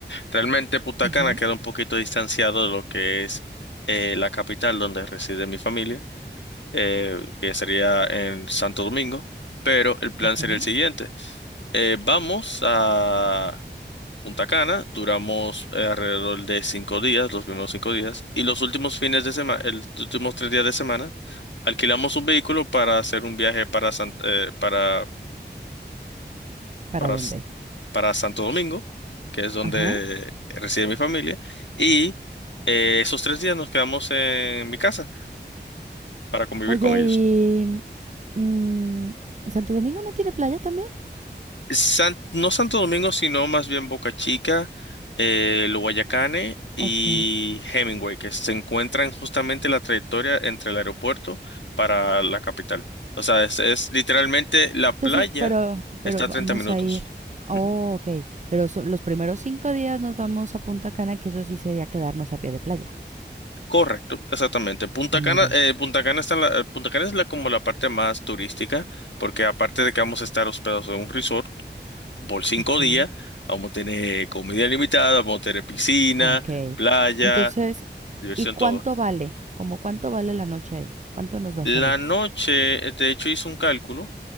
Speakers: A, on the left; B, on the right.
A: Realmente Punta
B: Ujú,
A: Cana queda un poquito distanciado de lo que es eh, la capital donde reside mi familia. eh, que sería en Santo Domingo, pero el plan
B: ujú.
A: sería el siguiente. Eh, vamos a Punta Cana, duramos eh, alrededor de cinco días, los primeros cinco días, y los últimos fines de semana, los últimos tres días de semana, alquilamos un vehículo para hacer un viaje para, San- eh, para,
B: ¿Para
A: para,
B: dónde?
A: S- para Santo Domingo, que es donde
B: Ajá.
A: reside mi familia, y eh, esos tres días nos quedamos en mi casa para convivir
B: Oye,
A: con ellos.
B: y Mm, ¿Santo Domingo no tiene playa también?
A: San- no Santo Domingo, sino más bien Boca Chica, eh, el Guayacane y
B: Ok.
A: Hemingway, que se encuentran justamente la trayectoria entre el aeropuerto para la capital. O sea, es, es literalmente la playa
B: Entonces, pero, pero
A: está a
B: vamos
A: 30 minutos.
B: a ir. Oh,
A: Ujú.
B: ok. Pero so- los primeros cinco días nos vamos a Punta Cana, que eso sí sería quedarnos a pie de playa.
A: Correcto, exactamente. Punta
B: Ah, muy
A: Cana,
B: bien.
A: eh, Punta Cana está en la- eh, Punta Cana es la, como la parte más turística, porque aparte de que vamos a estar hospedados en un resort por cinco
B: Ujú.
A: días, vamos a tener comida limitada, vamos a tener piscina
B: Ah, ok.
A: playa,
B: Entonces,
A: Diversión
B: ¿y cuánto
A: todo.
B: vale? ¿Cómo cuánto vale la noche ahí? ¿Cuánto nos va
A: La
B: a salir?
A: noche, eh, de hecho, hice un cálculo